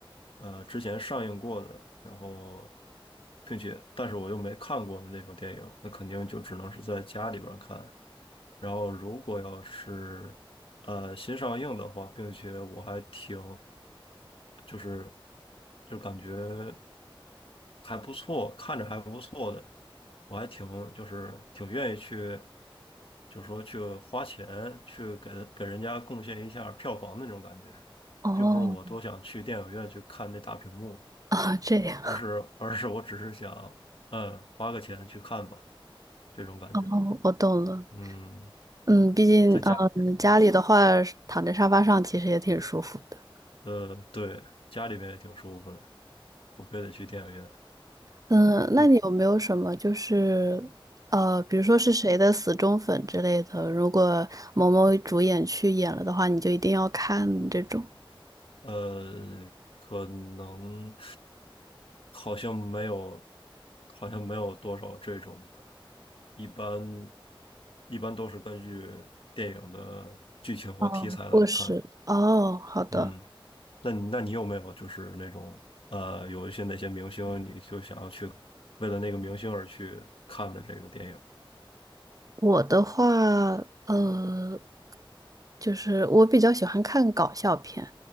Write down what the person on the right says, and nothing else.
哦
啊，这样。<laughs>
哦，我懂了。
嗯，毕竟，
嗯，家里的话，躺在沙发上其实也挺舒服的。
嗯，那你有没有什么就是，
呃，比如说是谁的死忠粉之类的，如果某某主演去演了的话，你就一定要看这种？
哦，不是。哦，好的。
我的话，呃，就是我比较喜欢看搞笑片，